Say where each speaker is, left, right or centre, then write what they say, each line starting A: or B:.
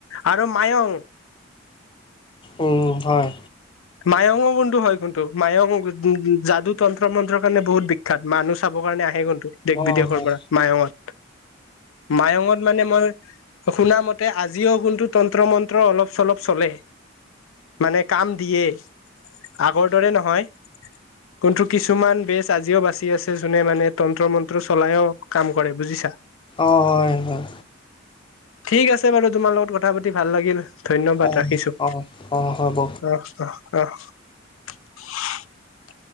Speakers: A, on the left; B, on the left.
A: আৰু মাইয়ং।
B: উম হয়।
A: মাইয়ং হয় কিন্তু মাইয়ং যা যাদু, তন্ত্ৰ-মন্ত্ৰৰ কাৰণে বহুত বিখ্যাত মানুহ চাবৰ কাৰণে আহে কিন্তু দেশ
B: অ',
A: বিদেশৰ
B: হয়।
A: পৰা মাইয়ঙত। মাইয়ঙত মানে মই শুনা মতে আজি জিও কোনটো তন্ত্ৰ মন্ত্ৰ অলপ চলপ চলে মানে কাম দিয়ে। আগৰ দৰে নহয়। কিন্তু কিছুমান বেজ আজিও বাচি আছে জোনে মানে তন্ত্ৰ মন্ত্ৰ চলাইও কাম কৰে বুজিছা।
B: অ', হয়, হয়।
A: ঠিক আছে বাৰু তোমাৰ লগত কথা পাতি ভাল লাগিল। ধন্যবাদ
B: অ',
A: ৰাখিছো
B: অ', অ', হ'ব।
A: অ অ। <unintelligible>